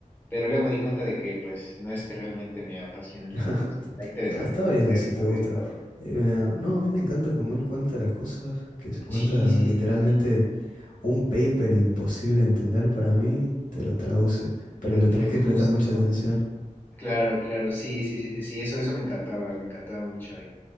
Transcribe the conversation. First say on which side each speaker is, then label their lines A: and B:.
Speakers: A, on the left (about 15°); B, on the left (about 80°).
A: pero luego me di cuenta de que, pues, no es que realmente me apasione
B: <laughs>
A: tanto. o sea, está interesante
B: No, está
A: conocer,
B: bien si
A: saber
B: te gusta.
A: y todo.
B: Eh, no, a mí me encanta cómo él cuenta las cosas, que se cuenta
A: Sí, sí,
B: literalmente
A: sí, sí, sí,
B: un paper imposible de entender para mí, te lo traduce, pero
A: te
B: le
A: lo
B: tenés
A: traduzco
B: que prestar
A: justo.
B: mucha atención.
A: Claro, claro, sí, sí, sí, sí, sí, eso, eso me encantaba, me encantaba mucho.